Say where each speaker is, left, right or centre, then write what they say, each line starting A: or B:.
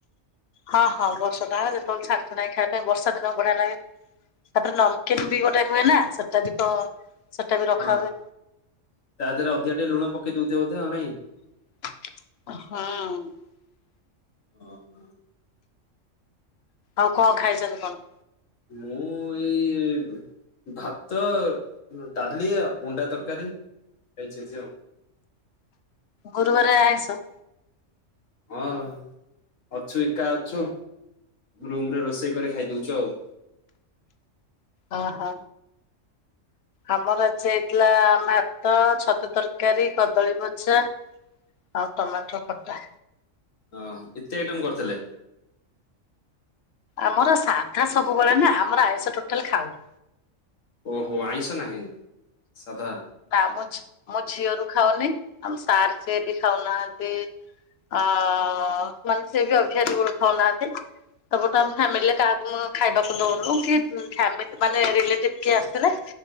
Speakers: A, on the left; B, on the left.
A: ହଁ ହଁ ବର୍ଷା ଟା ଯେତେବେଳେ ଛାଣିଛୁ ନାହିଁ ଖାଇବା ପାଇଁ ବର୍ଷା ଦିନ ବଢିଆ ଲାଗେ ତାପରେ ନମକନ୍ ବି ଗୋଟେ ହୁଏ ନା ସେଟା ବି ତ ସେଟା ବି ରଖା
B: ହଁ
A: ହୁଏ।
B: ତା ଦେହରେ ଅଧିକ ଟିକେ ଲୁଣ କେଇ ଦଉଚ ବୋଧେ ଆଉ ନାଇ
A: ହଁ।
B: ହଁ, ହଁ।
A: ଆଉ କଣ ଖାଇଚନ୍ତି କଣ?
B: ମୁଁ ଏଇ ଭାତ ଡାଲି ଆ ଅଣ୍ଡା ତରକାରୀ ହେଇଛି ଆଜି ଆଉ
A: ଗୁରୁବାର ଆଇଁଷ
B: ହଁ ଅଛୁ ଏକା ଅଛୁ। ରୁମୂ ରେ ରୋଷେଇ କରି ଖାଇଦଉଛୁ ଆଉ।
A: ଓ ହୋ। ଆମର ଆ ସେ ହେଇଥିଲା ଭାତ ଛତୁ ତରକାରୀ, କଦଳୀ ଭଜା ଆଉ ଟମାଟର ଖଟା।
B: ଓହୋ, ଏତେ ଆଇଟମ କରିଥିଲେ।
A: ଆମର ସାଧା ସବୁବେଳେ ନା ଆମର ଆଇଁଷ ଟୋଟାଲ ଖାଉନୁ।
B: ଓହୋ ଆଇଁଷ ନାହିଁ, ସାଧା।
A: ନା ମୁଁ ଝି-ମୋ ଝିଅରୁ ଖାଉନି ଆମ ସାର୍ ସିଏ ବି ଖାଉନାହାଁନ୍ତି, ଆ, ମାନେ ସିଏ ବି <unintelligible> ବେଳୁ ଖାଉନାହାଁନ୍ତି, ତାପରଠୁ ଆମ ଫ୍ୟାମିଲିରେ କାହାକୁ ମୁଁ ଆଉ ଖାଇବାକୁ ଦଉନୁ କି ଫ୍ୟାମିଲି ମାନେ ରିଲେଟିଭ୍ କିଏ ଆସିଲେ